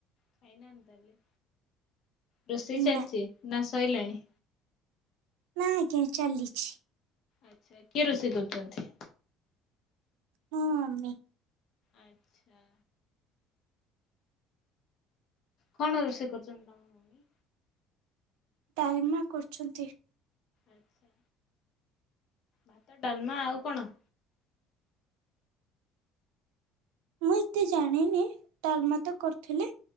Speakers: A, on the left; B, on the right.
A: ଫାଇନାନ୍ ତାଏଲେ ରୋଷେଇ ଚାଲିଛି
B: ନା
A: ନା ସଇଲାଣି?
B: ନାଁ ଆଜ୍ଞା ଚାଲିଛି।
A: ଆଚ୍ଛା କିଏ ରୋଷେଇ କରୁଛନ୍ତି?
B: ମୋ ମମି।
A: ଆଚ୍ଛା। କଣ ରୋଷେଇ କରୁଛନ୍ତି ତମ? ମମି?
B: ଡ଼ାଲମା କରୁଛନ୍ତି।
A: ଆଚ୍ଛା। ଭାତ ଡାଲମା ଆଉ କଣ?
B: ମୁଁ ଏତେ ଜାଣିନି ତାଲମା ତ କରୁଥିଲେ